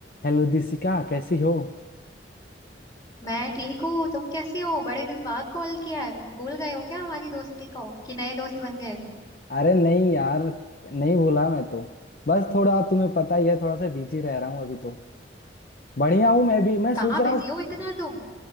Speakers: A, on the left (about 50°); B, on the left (about 20°).
A: Hello Dishika कैसी हो
B: मैं ठीक हूँ तुम कैसे हो बड़े दिन बाद कॉल किया है भूल गए हो क्या हमारी दोस्ती को कि नए दोस्त बन गए
A: अरे नहीं यार नहीं भूला मैं तो बस थोड़ा तुम्हें पता ही है थोड़ा सा बिजी रह रहा हूँ अभी तो बढ़िया हूँ मैं भी मैं सोच
B: कहाँ
A: रहा
B: बिजी
A: हूँ
B: हो इतना तुम